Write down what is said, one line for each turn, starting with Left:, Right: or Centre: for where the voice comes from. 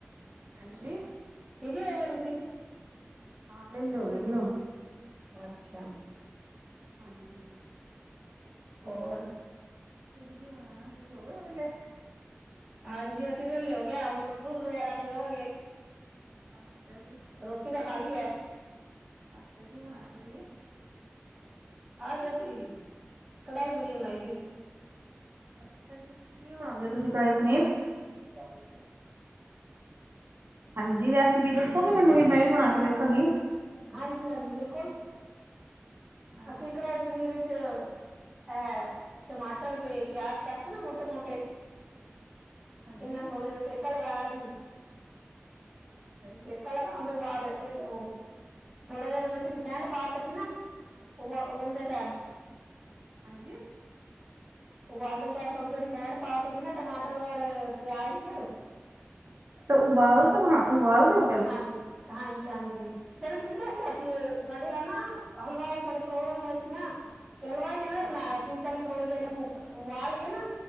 Right: ਹਾਂਜੀ
Centre: ਫ੍ਰੀ ਵੀ ਹੋ ਗਏ ਤੁਸੀਂ?
Right: ਹਾਂ ਵੇਲੇ ਹੋ ਗਏ ਜੀ ਹੁਣ।
Centre: ਅੱਛਾ।
Right: ਹਾਂਜੀ।
Centre: ਹੋਰ
Right: ਤੁਸੀਂ ਕੀ ਬਣਾਇਆ ਤੁਸੀਂ ਹੋਗੇ ਵੇਲੇ?
Centre: ਹਾਂਜੀ ਅਸੀਂ ਵੇਲੇ ਹੋ ਗਏ ਹੁਣ ਦੁੱਧ ਵਗੈਰਾ ਪੀਵਾਂਗੇ।
Right: ਅੱਛਾ ਜੀ।
Centre: ਰੋਟੀ ਮੈ ਖਾ ਲਈ ਐ।
Right: ਅੱਛਾ ਕੀ ਬਣਾਆ ਤੁਸੀ?
Centre: ਅੱਜ ਅਸੀਂ ਕੜਾਈ ਪਨੀਰ ਬਣਾਈ ਸੀ।
Right: ਅੱਛਾ ਜੀ ਕਿਵੇਂ ਬਣਾਂਦੇ ਓ ਤੁਸੀਂ ਕੜਾਈ ਪਨੀਰ?
Centre: ਉਹ ਸਾਲ ਮੇ ਹੋ
Right: ਹਾਂਜੀ ਰੈਸਿਪੀ ਦੱਸੋਗੇ ਮੈਨੂੰ? ਮੈ ਵੀ ਬਣਾ ਕੇ ਵੇਖਾਂਗੀ
Centre: ਹਾਂਜੀ- ਹਾਂਜੀ ਬਿਲਕੁਲ
Right: ਹਾਂਜੀ
Centre: ਅਸੀਂ ਕੜਾਈ ਪਨੀਰ ਚ ਅ ਟਮਾਟਰ ਤੇ ਪਿਆਜ ਕੱਟ ਕੇ ਨਾ ਮੋਟੇ- ਮੋਟੇ
Right: ਹਾਂਜੀ
Centre: ਏਨਾ ਥੋੜਾ ਜੇਆ ਸੇਕਾ ਲਵਾਏਆ ਸੀ
Right: ਅੱਛਾ ਜੀ
Centre: ਸੇਕਾ ਲਗਾਣ ਤੋਂ ਬਾਅਦ ਏਨੂੰ ਥੋੜਾ ਜੇਆ ਵਿੱਚ ਰਿਫੈਂਡ ਪਾਤਾ ਸੀ ਨਾ, ਉਵਾ ਓਵਲਣ ਦੇ ਟੈਮ
Right: ਹਾਂਜੀ
Centre: ਉਬਾਲਦੇ ਟਾਈਮ ਥੋੜ੍ਹੀ ਜੇਈ ਰਫੈਂਡ ਪਾ ਤਾ ਸੀ ਨਾ ਟਮਾਟਰ ਔਰ ਪਿਆਜ ਚ
Right: ਤਾਂ ਉਬਾਲ ਕੇ ਬਣਾ ਉਬਾਲ ਦਿਓ?
Centre: ਹਾਂਜੀ- ਹਾਂਜੀ -ਹਾਂਜੀ ਸਾਨੂੰ ਕਿਸੇ ਦਸਿਆ ਸੀ ਏ ਸਾਡੇ ਆ ਨਾ ਹਲਵਾਈ ਸਾਡੇ ਪ੍ਰੋਗਰਾਮ ਹੋਏਆ ਸੀ ਨਾ ਤੇ ਹਲਵਾਈ ਨੇ ਇਵੇਂ ਬਣਾਏਆ ਸੀ ਪੇਲੇ ਥੋੜ੍ਹਾ ਜੇਆ ਏਨੂੰ ਉਬਾਲ ਕੇ ਨਾ